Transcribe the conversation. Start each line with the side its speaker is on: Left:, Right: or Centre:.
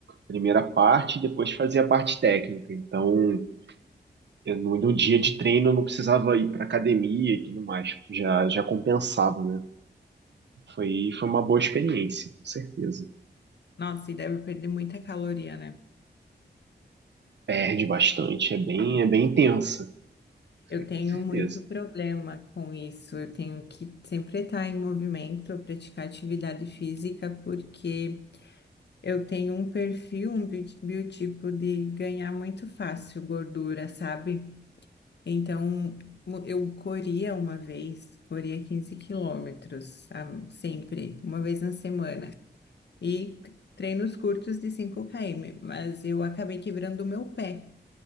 Right: primeira parte, e depois fazia a parte técnica. Então, eu, no, no dia de treino eu não precisava ir para academia e tudo mais, já, já compensava, né? Foi, foi uma boa experiência, com certeza.
Left: Nossa, e deve perder muita caloria, né?
Right: Perde bastante, é bem, é bem intensa,
Left: Eu
Right: foi
Left: tenho
Right: com certeza,
Left: muito problema com isso. Eu tenho que sempre estar em movimento, praticar atividade física, porque eu tenho um perfil, um bi- biotipo de ganhar muito fácil gordura, sabe? Então, mu- eu corria uma vez, corria 15 quilômetros, ah, sempre, uma vez na semana. E treinos curtos de cinco km, mas eu acabei quebrando o meu pé.